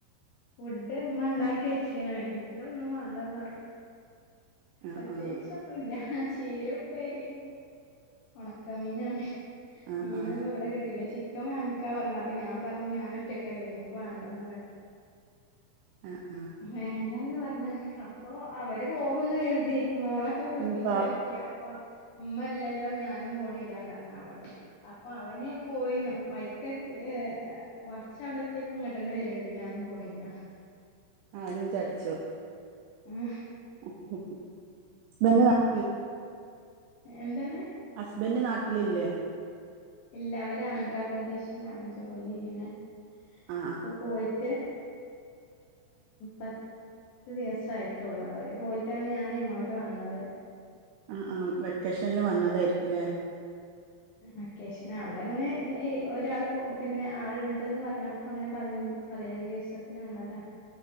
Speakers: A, on the left; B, on the right.
A: ഫുഡ്മ്മ ഉണ്ടാക്കിച്ചീന എനിക്ക് ഒന്നും വേണ്ടന്ന് പറഞ്
B: ആ
A: പ്രതേകിച്ചൊന്നുല
B: ആ
A: ചീര ഉപ്പരി ഉണക്കമീനാണ്
B: ആ
A: മീനൊന്നും
B: ആ
A: ഇവിടെ കിട്ടില്ല ചി ക്കെ വാങ്ങിക്കാ പറഞ്ഞ് അപ്പൊ ഞാൻ പറഞ് ഞൻ ഒറ്റൊക്കല്ലേ എനിക്ക് വേണ്ടാന്ന പറ-
B: അഹ്
A: ഹേ <unintelligible> ഞാൻ ന്ന് പറഞ്ഞ അപ്പൊ അവര് പോകുന്നു എഴുതി മോളൊക്കെ കുളിപ്പിച്ചൊരുക്കിയ
B: ഇനിയിപ്പോ
A: അപ്പൊ ഉമ്മല്ലല്ലോ ഞാനും പോണില്ലാന്ന് പറഞ് അവള് അപ്പൊ അവന് പോയിനു വൈക്കത്തി ഏഹ് കുറച്ചവിടത്തിപ്പോ ഇങ്ങോട്ടന്നെ വരുണ്ട് ഞാനും പോണില്ല.
B: അവനും ചടച്ചു
A: ഉം
B: <unintelligible>
A: എന്താണ്
B: ഹസ്ബൻഡ് നാട്ടിലില്ലേ?
A: ഇല്ല അവര് ആന്ധ്രാപ്രദേശിലാണ് ജോലി ചെയ്യണ്.
B: ആഹ്
A: ഇപ്പൊ പോയി റ്റ് പത്ത് ദിവസായിട്ടുള്ളൂ അവര് പോയിട്ടാണ് ഞാൻ ഇങ്ങോട്ട് വന്നത്.
B: ആ ആ വെക്കേഷനിൽ വന്നതായിരിക്കുംല്ലേ?
A: വെക്കേഷൻ അവിടെ അങ്ങനെ ഒരാൾ പിന്നെ ആളുണ്ട്ന്ന് പറഞ്ഞപ്പോ അങ്ങനെ പതിന പതിനഞ്ച് ദിവസത്തിന് വന്നതാ.